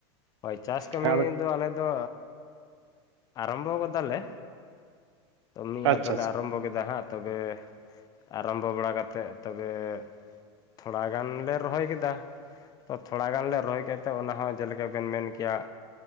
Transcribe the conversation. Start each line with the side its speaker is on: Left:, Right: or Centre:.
Left: ᱦᱳᱭ ᱪᱟᱥ ᱠᱟᱹᱢᱤ
Right: ᱦᱮᱸ ᱟᱫᱚ
Left: ᱫᱚ ᱟᱞᱮᱫ ᱫᱚ ᱟᱨᱟᱢᱵᱷᱚ ᱜᱚᱫᱟ ᱞᱮ, ᱛᱚ ᱢᱤᱫ
Right: ᱟᱪᱪᱷᱟ
Left: ᱟᱫᱚᱞᱮ
Right: ᱟᱪᱪᱷᱟ
Left: ᱟᱨᱟᱢᱵᱚ ᱠᱮᱫᱟ ᱦᱟᱸᱜ, ᱛᱚᱵᱮ ᱟᱨᱚᱢᱵᱚ ᱵᱟᱲᱟ ᱠᱟᱛᱮᱫ ᱛᱚᱵᱮ, ᱛᱷᱚᱲᱟ ᱜᱟᱱ ᱞᱮ ᱨᱚᱦᱚᱭ ᱠᱮᱫᱟ ᱾ ᱛᱚ ᱛᱷᱚᱲᱟ ᱜᱟᱱ ᱞᱮ ᱨᱚᱦᱚᱭ ᱠᱮᱜᱛᱮ, ᱚᱱᱟᱦᱚ ᱡᱮ ᱞᱮᱠᱟ ᱵᱮᱱ ᱢᱮᱱ ᱠᱮᱭᱟ